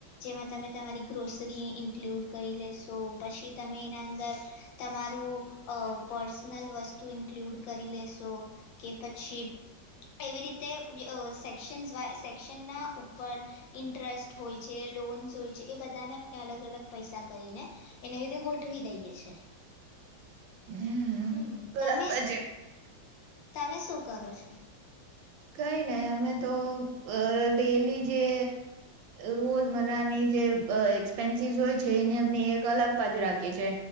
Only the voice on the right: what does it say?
હમ
બરાબર
છે
કઈ નહી અમે તો અ ડેલી જે રોજમ્રાની જે એક્સપેન્સીસ હોય છે એ અ એક અલગ પાજ રાખીએ છે